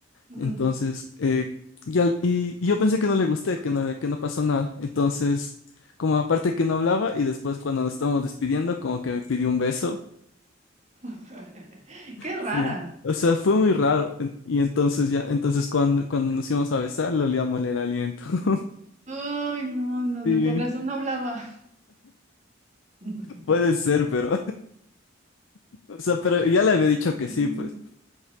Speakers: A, on the right; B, on the left.
A: ujú.
B: Entonces, eh, y, al- y- y yo pensé que no le gusté, que no, le- que no pasó nada. Entonces, como aparte que no hablaba y después cuando nos estábamos despidiendo, como que me pidió un beso.
A: <laughs> Qué rara.
B: Sí. O sea, fue muy raro. En- Y entonces ya, entonces cuando, cuando nos íbamos a besar, le olía mal el aliento. <laughs>
A: Uy, no, no,
B: Sí,
A: no, con razón no hablaba. <laughs>
B: puede ser, pero, <laughs> o sea, pero ya le había dicho que
A: No.
B: sí, pues.